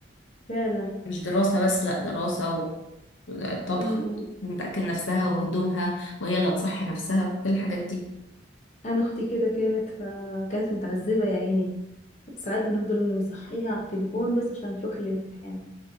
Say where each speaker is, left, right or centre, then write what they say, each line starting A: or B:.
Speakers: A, on the left; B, on the left.
A: فعلا
B: مش دراسة بس لأ دراسة والطبخ
A: امم
B: وتأكل نفسها وهدومها وهي اللي هتصحي نفسها كل الحاجات دي
A: انا اختي كده كانت فكانت متعذبه يا عيني ساعات بنفضل نصحيها على التليفون بس عشان تروح الامتحان